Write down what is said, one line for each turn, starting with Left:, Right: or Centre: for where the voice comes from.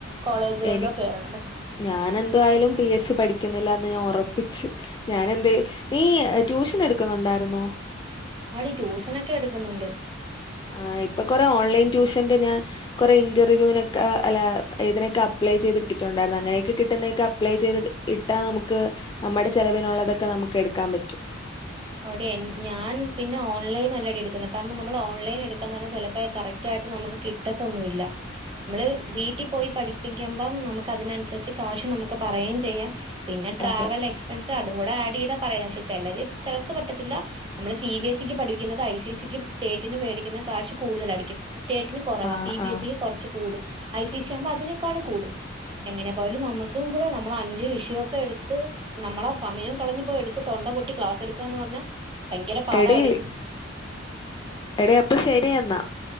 Right: കോളേജുകളിലോ
Left: എനി
Right: കേറണം പക്ഷെ
Left: ഞാൻ എന്തായാലും പി എസ് സി പഠിക്കുന്നില്ലന്ന് ഞാൻ ഉറപ്പിച്ച് ഞാൻ എന്ത് നീ ട്യൂഷൻ എടുക്കുന്നുണ്ടായിരുന്നോ
Right: ആടി, ട്യൂഷനൊക്കെ, എടുക്കുന്നുണ്ട്
Left: ആ, ഇപ്പൊ, കൊറെ, ഓൺലൈൻ, ട്യൂഷന്റെ ഞാൻ കുറെ ഇന്റർവ്യൂവിനൊക്ക ഞാൻ അപ്പളേ ചെയ്തിട്ടുണ്ട് അപ്ലൈ, ചെയ്തിട്ടിട്ടുണ്ടായി, അങ്ങനെയൊക്കെ, കിട്ടുന്നതൊക്കെ അപ്ലെ ചെയ്ത് ഇട്ടാൽ നമുക്ക് നമ്മുടെ ആവിശ്യങ്ങൾക്ക് ചിലവിനുള്ളത് കിട്ടും നമുക്ക്, എടുക്കാൻ, പറ്റും
Right: അവിടെ ഞാൻ പിന്നെ ഓൺലൈൻ കാരണം, നമ്മൾ, ഓൺലൈൻ, എടുക്കാന്ന്, പറഞ്ഞാ, ചിലപ്പോ, കറക്, ആയിട്ട് നമ്മുക്ക് കിട്ടത്തൊന്നുമില്ല നമ്മള്, വീട്ടിൽ, പോയി, പഠിപ്പിക്കുമ്പോൾ നമുക്ക്, അതിനനുസരിച്ച്, കാശ്, നമുക്ക്, പറയുകയും ചെയ്യാം പിന്നെ ട്രാവൽ
Left: അതെ
Right: എക്സ്പെൻസ് അതു കൂടെ ആഡ് ചെയ്താ പറയുക പക്ഷെ, ചിലർ ചിലർക്ക്, പറ്റത്തില്ല, നമ്മള്, സി, ബി, സിക്കു പഠിക്കുന്നത്, ഐ, സി, എ, സിക്കും, സ്റ്റേറ്റിനും, മേടിക്കുന്ന ക്യാഷ് കൂടുതലായിരിക്കും സ്റ്റേറ്റിനു കുറവാ,
Left: ആ
Right: സി, ബി,
Left: ആ
Right: എസ്, ക്കു കുറച്ച്കൂടും- ഐ, സി, സി, ആകുമ്പോ, അതിനേക്കാൾ, കൂടും എങ്ങനെ പോയാലും നമ്മുക്കു കൂടെ, നമ്മൾ അഞ്ചു വിഷയക്കെ എടുത്ത് നമ്മളെ ആ സമയംകളഞ്ഞു പോയി എടുത്തു തൊണ്ടപൊട്ടി ന്ന് പറഞ്ഞ ഭയങ്കര പാടാണ്
Left: എടി
Right: ടീ
Left: എടി അപ്പൊ ശരി എന്ന എന്നാ